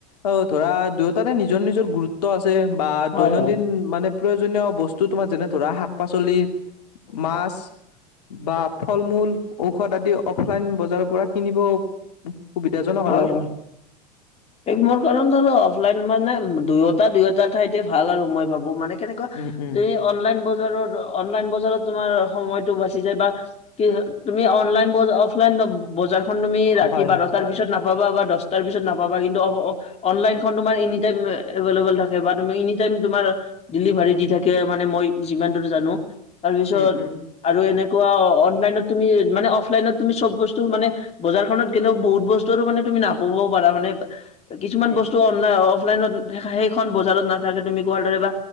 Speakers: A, on the left (about 75°); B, on the left (about 30°).
A: অ', ধৰা দুয়োতাৰে নিজৰ নিজৰ গুৰুত্ব আছে বা
B: হয়
A: দৈনন্দিন
B: হয়।
A: মানে প্ৰয়োজনীয় বস্তু তোমাৰ যেনে ধৰা শাক-পাচলি, মাছ বা ফল-মূল, ঔষধ আদি অফলাইন বজাৰৰ পৰা কিনিব সুবিধাজনক
B: হয়, হয়।
A: <inaudible>
B: এই মোৰ কাৰণ অফলাইন মানে দুয়োটা দুয়োটাৰ ঠাইতে ভাল আৰু মই ভাবো মানে কেনেকুৱা,
A: উম উম
B: তুমি অনলাইন বজাৰত অনলাইন বজাৰত তোমাৰ সময়তো বাচি যায় বা কি তুমি অনলাইন অফলাইন বজাৰখন তুমি ৰাতি
A: হয়
B: বাৰটাৰ
A: হয়
B: পিছত নাপাবা বা দহটাৰ পিছত নাপাবা, কিন্তু অনলাইনখন তোমাৰ এনিটাইম এভেলেবল থাকে বা এনিটাইম তোমাৰ ডেলিভাৰী দি থাকে, মানে মই যিমানদুৰ জানো তাৰপিছত
A: উম উম
B: আৰু এনেকুৱা অনলাইনত তুমি মানে অফলাইনত তুমি চব বস্তু মানে বজাৰখনত গেলেও বহুত বস্তু মানে তুমি নাপাবও পাৰা, মানে কিছুমান
A: উম
B: বস্তু অফলাইনত সেইখন বজাৰত নাথাকে তুমি কোৱাৰ দৰে বা